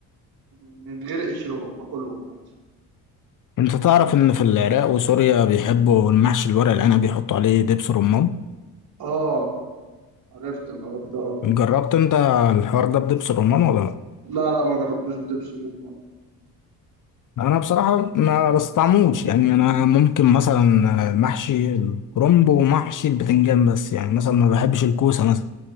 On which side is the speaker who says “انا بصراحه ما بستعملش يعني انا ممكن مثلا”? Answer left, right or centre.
Left